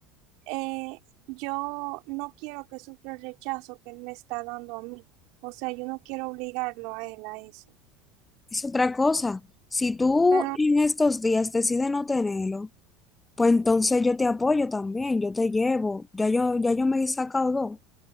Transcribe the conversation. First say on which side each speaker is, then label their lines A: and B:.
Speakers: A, on the right; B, on the left.
A: eh, yo no quiero que sufra el rechazo que él me está dando a mí. O sea, yo no quiero obligarlo a él a eso.
B: es otra cosa, si tú
A: Pero,
B: en estos días decides no tenerlo. Pues entonces yo te apoyo también, yo te llevo, ya yo, ya yo me he sacado dos,